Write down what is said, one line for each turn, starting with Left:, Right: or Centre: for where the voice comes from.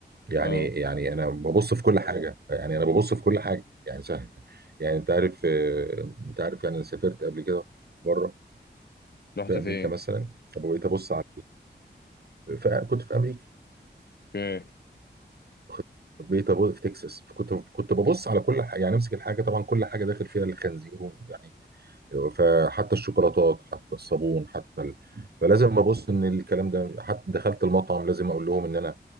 Right: يعني
Left: اه
Right: يعني انا ببص في كل حاجه يعني انا ببص في كل حاجه يعني سهل. يعني انت عارف آه، انت عارف يعني انا سافرت قبل كده بره
Left: رحت
Right: في
Left: فين؟
Right: امريكا مثلا بقيت ابص على فكنت في امريكا
Left: اوكي
Right: واخد- بقيت ابص في تكساس كنت كنت ببص على كل حاجه يعني امسك الحاجه طبعا كل حاجه داخل فيها الخنزير يعني فحتى الشوكولاتات حتى الصابون حتى ال... فلازم ابص ان الكلام ده حتى دخلت المطعم لازم اقول لهم ان انا